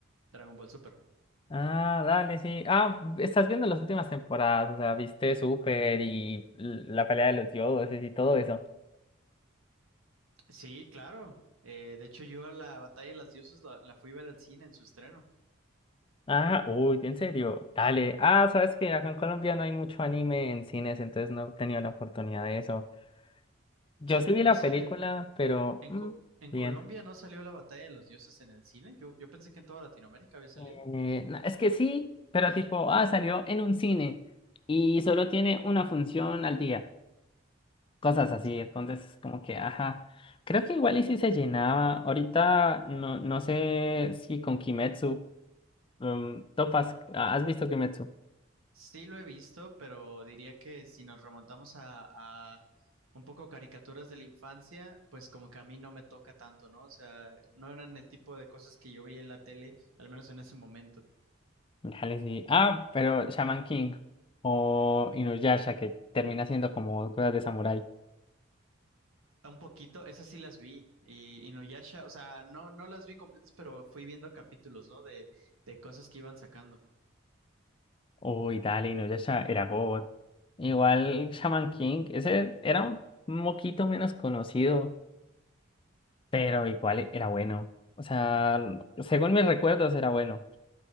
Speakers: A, on the right (about 75°); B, on the left (about 25°).
A: Dragon Ball Super.
B: Ah, dale, sí. Ah, estás viendo las últimas temporadas, o sea, viste Super y l- la pelea de los dioses y todo eso.
A: Sí, claro. Eh, de hecho, yo la Batalla de las Diosas la, la fui a ver al cine en su estreno.
B: Ah, uy, en serio, dale. Ah, sabes que acá en Colombia no hay mucho anime en cines, entonces no he tenido la oportunidad de eso. Yo
A: O sea,
B: sí
A: no,
B: vi
A: no
B: la
A: salió,
B: película, pero
A: en,
B: mm,
A: Co- en
B: bien.
A: Colombia no salió la Batalla de los Dioses en el cine. Yo, yo pensé que en toda Latinoamérica había salido.
B: Eh, no, es que sí, pero tipo, ah, salió en un cine y solo tiene una función al día, cosas así,
A: Ok.
B: entonces es como que, ajá, creo que igual y sí se llenaba, ahorita no, no sé si con Kimetsu, um, topas, ah, ¿has visto Kimetsu?
A: Sí lo he visto, pero diría que si nos remontamos a, a un poco caricaturas de la infancia, pues como que a mí no me toca tanto, ¿no? O sea, no eran el tipo de cosas que yo veía en la tele, al menos en ese momento.
B: Dale, sí, ah, pero Shaman King o Inuyasha que termina siendo como cosas de samurái,
A: Un poquito, esas sí las vi. Y Inuyasha, o sea, no, no las vi completas, pero fui viendo capítulos, ¿no? De, de cosas que iban sacando.
B: uy, dale, Inuyasha era God, igual Shaman King, ese era un moquito menos conocido. Pero igual era bueno. O sea, según mis recuerdos era bueno.